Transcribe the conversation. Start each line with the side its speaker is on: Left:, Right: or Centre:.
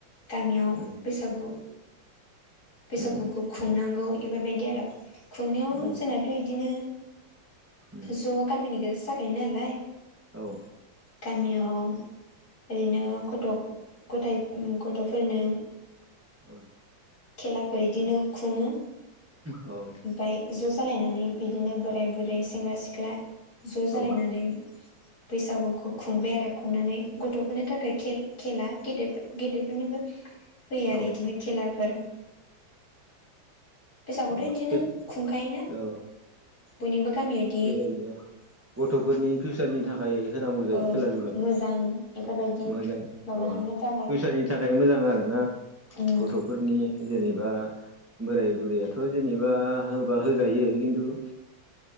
Left: गामियाव बेसा
Right: उम
Left: बैसागु बैसागुखौ
Right: उम
Left: खुंनांगौ बेफोरबायदि आरो खुंनायाव
Right: उम
Left: जोंनाथ' बिदिनो
Right: उम
Left: ज' गामिनि गेजेरजों जाखायो नालाय
Right: औ
Left: गामियाव ओरैनो गथ' गथाय गथ'फोरनो
Right: औ
Left: खेलाफोर इदिनो खुङो
Right: औ
Left: ओमफ्राय ज' जालायनानै बिदिनो बोराय बुरै सेंग्रा सिख्ला ज'
Right: औ
Left: जालायनानै बैसागुखौ खुंबाय आरो खुंनानै गथ'फोरनि थाखाय खेला गेद गेदेरफोरनिबो होयो आरो
Right: औ
Left: बिदिनो खेलाफोर बैसागोखौथ'
Right: औ
Left: बिदिनो
Right: खेल
Left: खुंखायोना
Right: औ
Left: बयनिबो गामिया बिदि
Right: बिदिनो गथ'फोरनि फिउचारनि थाखाय होनांगौ जायो
Left: ओ
Right: खेला दुलाखौ
Left: मोजां इफोरबायदि
Right: मोजां
Left: माबालांनो
Right: औ
Left: थाखाय
Right: फिउसारनि थाखाय मोजां आरोना
Left: उम
Right: गथ' फोरनि जेनेबा बोराय बुरैयाथ' जेनेबा होबा होजायो खिन्थु